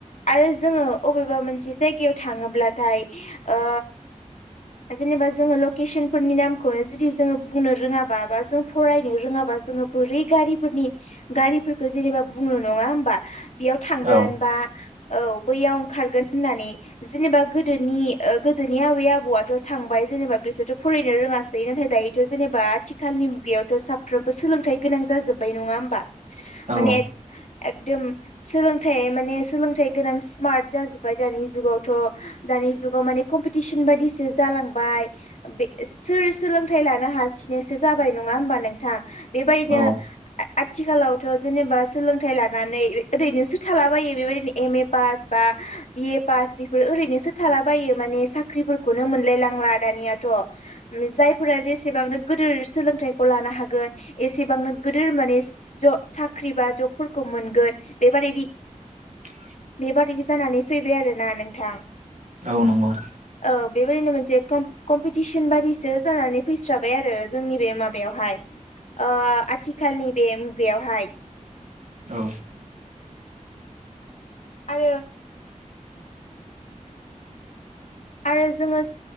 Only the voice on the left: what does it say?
आरो जोङो अबेबा मोनसे जायगायाव थाङोब्ला ओ जेनेबा जोङो लकेचनफोरनि नाम खौनो जुदि जोङो बुंनो रोङाबा बा जों फरायनो रोङाबा जोङो बोरै गारिफोरनि गारि फोरखौ जेनेबा बुंङो नङा होमबा बेयाव थांगोन
बा औ बैयाव ओंखारगोन होननानै जेनेबा गोदोनि गोदोनि आबै आबौआथ' थांबाय जेनेबा बिसोरथ' फरायनो रोङासै नाथाय दायोथ' जेनेबा आथिखालनि बेयावथ' साफ्रोमबो सोलोंथाइ गोनां जाजोब्बाय नङा होमबा
माने
एकदम सोलोंथाइ माने सोलोंथाइ गोनां स्मार्ट जाजोब्बाय दानि जुगावथ' दानि नि जुगाव माने खमफुथिसन बायदिसो जालांबाय बे सोर सोलोंथाइ लानो हासिनोसो जाबाय नङा होमबा नोंथां बेबायदिनो
आथिखालावथ' जेनेबा सोलोंथाइ लानानै ओरैनोसो थालाबायो बेबायदिनो एम ए पास बा बिए पास बेफोर ओरैनोसो थालाबायो माने साख्रिफोरखौनो मोनलाय लांला दानियाथ' <unintelligible> फोर जेसेबांनो गिदोर सोलोंथाइखौ लानो हागोन एसेबांनो गिदोर माने ज सा साख्रि बा जबफोरखौ मोनगोन बेबारदि
बेबादि जानानै फैबाय आरोना नोंथां
औ बेबायदिनो मोनसे कम्पिटिसन बादिसो जानानै फैस्राबाय आरो जोंनि बे माबायावहाय ओ आथिखालनि बे मुगायावहाय
आरो आरो जोङो